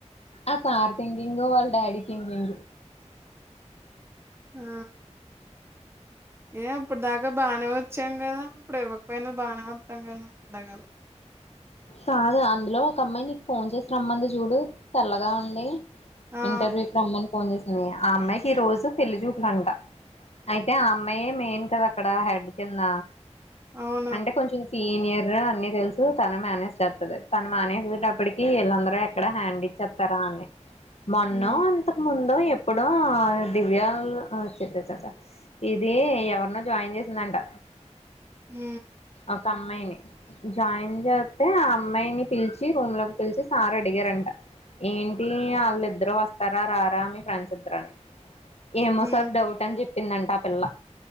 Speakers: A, on the left (about 60°); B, on the right (about 20°).
A: ఆ సార్ థింకింగ్ వాళ్ళు డాడి థింకింగు
B: ఆ ఏ ఇప్పుడు దాక బాగనే వచ్చాం కదా ఇప్పుడు ఇవ్వకపోయినా బానే వస్తాం కదా అడగాలి
A: కాదు అందులో ఒక అమ్మాయి నీకు ఫోన్ చేసి రమ్మంది చూడు తెల్లగా ఉంది
B: ఆ
A: ఇంటర్వ్యూకి రమ్మని ఫోన్ చేసింది ఆ అమ్మాయికి ఈ రోజు పెళ్లి చూపులంట అయితే ఆ అమ్మాయే మెయిన్ కదా అక్కడ హెడ్ కింద
B: అవును
A: అంటే కొంచెం సీనియర్ అన్ని తెలుసు తన మేనేజ్ చేస్తది తను మనేజ్టప్పటికి వీళ్ళందరూ ఎక్కడ హ్యాండ్ ఇచేస్తారా అని మొన్నో
B: ఉ
A: అంతకు ముందో ఎప్పుడో ఆ దివ్య చా చ చ ఇది ఎవరినో జాయిన్ చేసిందంట
B: ఉ
A: ఒక అమ్మాయిని జాయిన్ చే అయితే ఆ అమ్మాయిని పిలిచి రూమ్ లోకి పిలిచి సారు అడిగారంట ఏంటి వాళ్ళు ఇద్దరు వస్తార రారా మీ ఫ్రెండ్స్ ఇద్దరుఅని ఏమో
B: ఉ
A: సార్ డౌట్ అని చెప్పిందంట ఆ పిల్ల